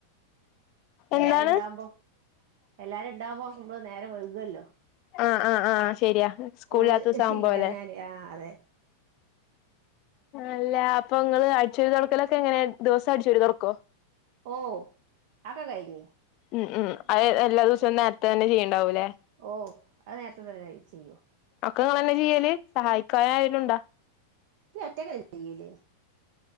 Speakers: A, on the right (about 60°); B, on the left (about 50°).
A: എല്ലാരുണ്ടാവുമ്പോ
B: എന്താണ്
A: എല്ലാരുണ്ടാവുമ്പോ മ്മള് നേരം വഴുകല്ലൊ
B: ആഹ് ആഹ് ആഹ് ശരിയാ സ്കൂളില്ലാത്ത
A: കൂള്
B: ദിവസം ആവുമ്പോലെ
A: ഇല്ല്യാഞ്ഞാല് ആഹ്‌ അതെ
B: അല്ല അപ്പൊ ങ്ങള് അടിച്ചൊരി തൊടക്കലൊക്കെങ്ങന? ദിവസൊ അടിച്ചു വാരി തൊറക്കൊ?
A: ഓഹ് അഒക്ക കയിഞ്ഞ്
B: ഉം ഉം അഅ് എല്ലാ ദിവസവും നേരത്തെ തന്നെ ചെയ്യേണ്ടാവൂല്ലേ
A: ഓഹ് അഅ് നേരത്തെ തന്നെ ചെയ്യും.
B: ഒക്ക ങ്ങളെന്ന ചെയ്യല്? സഹായിക്കാനാരേലുണ്ടോ?
A: ല്ല ഒറ്റക്ക ചെയ്യല്